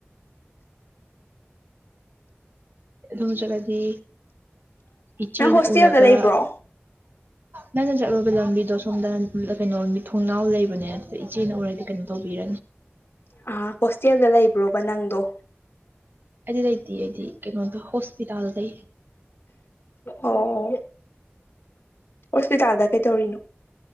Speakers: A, on the right; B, on the left.
A: ꯑꯗꯨꯝ ꯆꯒꯥꯗꯤ ꯏꯆꯦꯅ
B: ꯅꯪ ꯍꯣꯁꯇꯦꯜꯗ
A: ꯎꯔꯒ
B: ꯂꯩꯕ꯭ꯔꯣ
A: ꯅꯪꯅ ꯆꯠꯂꯣꯏꯕ ꯂꯝꯕꯤꯗꯣ ꯁꯣꯝꯗ ꯀꯩꯅꯣ ꯃꯤ ꯊꯣꯡꯅꯥꯎ ꯂꯩꯕꯅꯦ ꯑꯗꯨꯗ ꯏꯆꯦꯅ ꯑꯣꯏꯔꯗꯤ ꯀꯩꯅꯣ ꯇꯧꯕꯤꯔ
B: ꯑ ꯍꯣꯁꯇꯦꯜꯗ ꯂꯩꯕ꯭ꯔꯣꯕ ꯅꯪꯗꯣ꯫
A: ꯑꯩꯗꯤ ꯂꯩꯇꯦ ꯑꯩꯗꯤ ꯀꯩꯅꯣꯗ ꯍꯣꯁꯄꯤꯇꯥꯜꯗ
B: ꯑꯣ ꯍꯣꯁꯄꯤꯇꯥꯜꯗ ꯀꯩꯗꯧꯔꯤꯅꯣ꯫